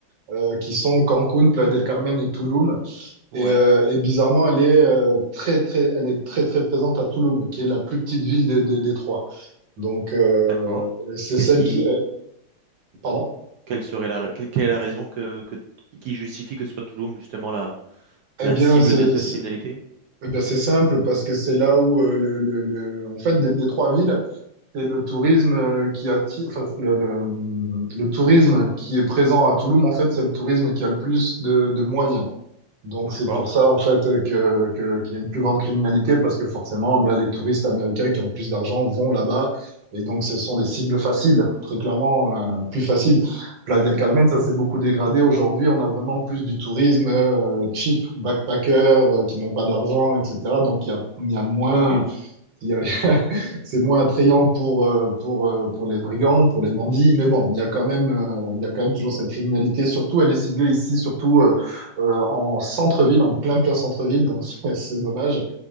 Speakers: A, on the right (about 60°); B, on the right (about 80°).
A: euh, qui sont Cancun, Playa del Carmen et Tulum.
B: Ouais,
A: Et, euh, et bizarrement, elle est euh, très, très, elle est très, très présente à Tulum, qui est la plus petite ville des, des, des trois. Donc, euh,
B: d'accord.
A: c'est
B: Qu'est-ce
A: celle
B: qui,
A: qui, euh, pardon?
B: quelle serait la, quelle quelle est la raison que, que- qui justifie que ce soit Tulum justement la,
A: Eh
B: la
A: bien,
B: cible
A: c'est,
B: de cette
A: c'est-
B: criminalité?
A: eh bien, c'est simple parce que c'est là où euh, le, le, le- en fait, des, des trois villes. C'est le tourisme euh, qui attire, enfin, le, le- le tourisme qui est présent à Toulouse, en fait, c'est le tourisme qui a le plus de, de moyens. Donc,
B: D'accord.
A: c'est pour ça, en fait, que, que- qu'il y a une plus grande criminalité parce que forcément, bah, les touristes américains qui ont plus d'argent vont là-bas. Et donc,
B: Hmm.
A: ce sont des cibles faciles, très clairement, euh, plus faciles. Playa del Carmen, ça s'est beaucoup dégradé. Aujourd'hui, on a vraiment plus du tourisme euh, cheap, backpacker, euh, qui n'ont pas d'argent, etc. Donc, il y a, il y a moins.
B: Ok.
A: Il y a- <laughs> C'est moins attrayant pour, euh, pour, euh, pour les brigands, pour les bandits, mais bon, il y a quand même, euh, il y a quand même toujours cette criminalité. Surtout, elle est ciblée ici, surtout euh, euh, en centre-ville, en plein plein centre-ville, donc <laughs> c'est c'est dommage.